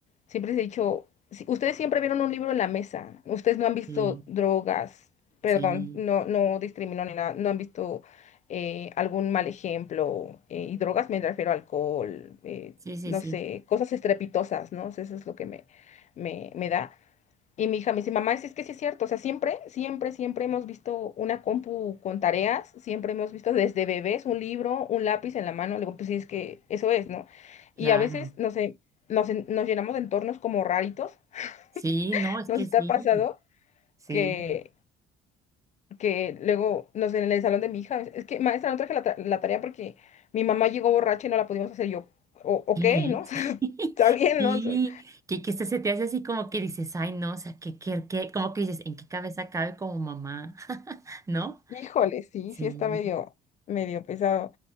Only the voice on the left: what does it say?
siempre les he dicho, si- ustedes siempre vieron un libro en la mesa, ustedes no han visto
drogas, perdón,
no, no discrimino ni nada, no han visto eh, algún mal ejemplo, eh, y drogas me refiero a alcohol, eh,
no
sé, cosas estrepitosas, ¿no? O sea, Eso es lo que me, me, me da. Y mi hija me dice, mamá, es, es que sí es cierto, o sea, siempre, siempre, siempre hemos visto una compu con tareas, siempre hemos visto desde bebés un libro, un lápiz en la mano, le digo, pues sí, es que eso es, ¿no?
Y a veces, no sé, nos, en- nos llenamos de entornos como raritos,
<laughs>
nos
está
pasado
que, que luego, no sé, en el salón de mi hija, es que maestra, no traje la, tra- la tarea porque mi mamá llegó borracha y no la pudimos hacer Y yo, o, ok,
¿no? <laughs>
Está bien,
¿no? O sea,
Híjole, sí,
sí está medio, medio pesado.